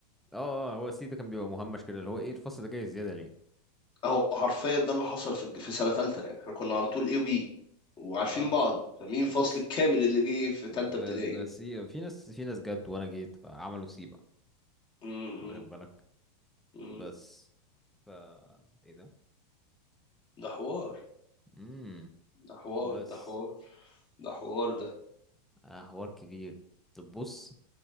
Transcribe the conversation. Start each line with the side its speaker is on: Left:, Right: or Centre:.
Centre: اه اه هو سي ده كان بيبقى مهمش كده اللي هو ايه الفصل ده جاي زيادة ليه
Left: هو حرفيا ده اللي حصل في في سنة تالتة يعني احنا كنا على طول اي وبي وعارفين
Centre: اه
Left: بعض فمين الفصل
Centre: بس
Left: الكامل اللي جه في تالتة
Centre: ف ف
Left: ابتدائي
Centre: ف
Left: ده
Centre: سي في ناس في ناس جت وانا جيت فعملوا سي بقى
Left: امم
Centre: واخد بالك
Left: امم
Centre: بس ف ايه ده
Left: ده حوار
Centre: امم
Left: ده حوار
Centre: بس
Left: ده حوار ده حوار ده
Centre: آه حوار كبير طب بص